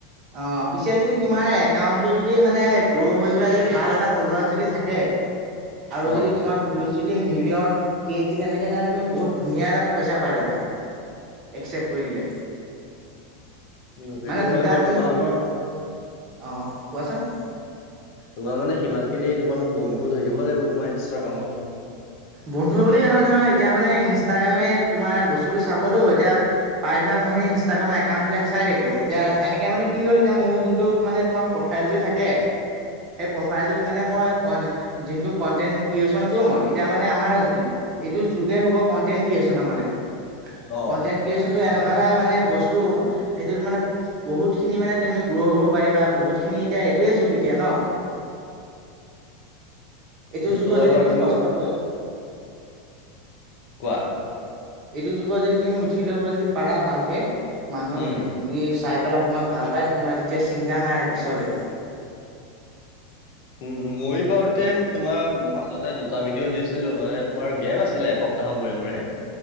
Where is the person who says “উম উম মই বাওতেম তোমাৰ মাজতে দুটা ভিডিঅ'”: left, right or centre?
Left